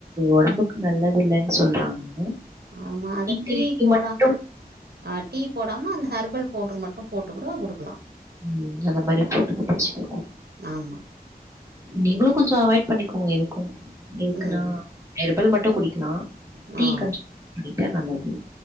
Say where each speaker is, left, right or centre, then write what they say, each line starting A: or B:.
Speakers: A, on the right; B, on the right.
A: ஒடம்புக்கு நல்லது இல்லைன்னு சொல்றாங்க
B: ஆமா அதட்டி
A: நீங்க இது
B: போடா
A: மட்டும்
B: ஆ டீ போடாம அந்த ஹெர்பல் பவுடர் மட்டு போட்டு கூட குடுக்கலா
A: ம் அந்த மாரி போட்டு போட்டுச்சுக்கோ
B: ஆமா.
A: நீங்களு கொஞ்சோ அவாய்ட் பண்ணிக்கோங்க எதுக்கு எதுக்குன்னா
B: ம்.
A: ஹெர்பல் மட்டும குடிக்கலா டீ
B: ஆ.
A: கொஞ்ச <inaudible> ண்ணிட்டா நல்லது